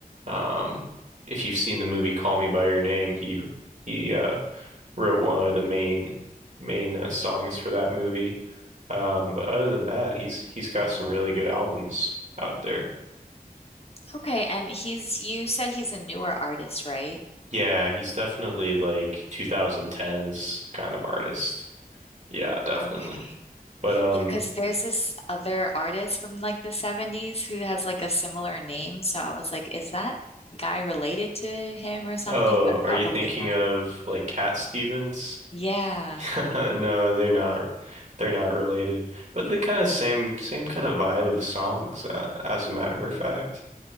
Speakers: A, on the right; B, on the left.
A: um if you've seen the movie Call Me by Your Name, he he uh wrote one of the main main uh, songs for that movie. Um, but other than that, he's he's got some really good albums out there.
B: Okay. And he's, you said he's a newer artist, right?
A: Yeah, he's definitely like 2010s kind of artist. Yeah, definitely.
B: Okay.
A: But um,
B: Yeah, because there's this other artist from like the 70s who has like a similar name. So I was like, is that guy related to him or something?
A: oh,
B: But probably
A: are you thinking
B: not.
A: of like Cat Stevens?
B: Yeah.
A: <laughs> No, they're not. They're not related. But the kind of same same kind of vibe of songs, uh, as a matter of fact.